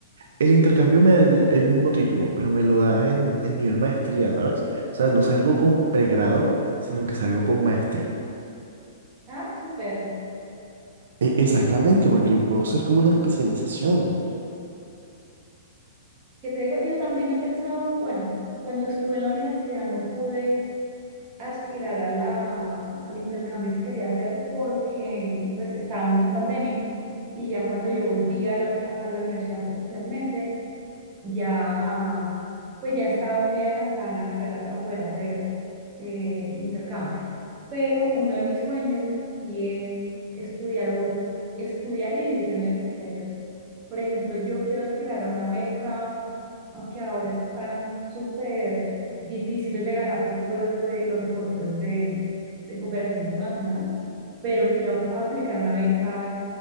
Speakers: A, on the right; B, on the right.
A: El intercambio me da el, el mismo título, pero me lo da en, en nivel maestría, ¿sabes? O sea, no salgo con pregrado, sino que salgo con maestría.
B: Ah, súper.
A: E- exactamente, porque puedo hacer como una especialización.
B: Que te digo, yo también he pensado, bueno, cuando estuve en la universidad no pude aspirar a la, al intercambio que quería hacer porque pues estábamos en pandemia. Y ya cuando yo volví a la, a la universidad presencialmente, ya, pues ya estaba muy adelantada en la carrera para poder hacer eh, intercambios. Pero uno de mis sueños sí es estudiar, u- estudiar y vivir en el exterior. Por ejemplo, yo quiero aspirar a una beca, aunque ahora están súper difíciles de ganar por todo esto de los recortes de, de cooperación internacional, pero quiero aplicar una beca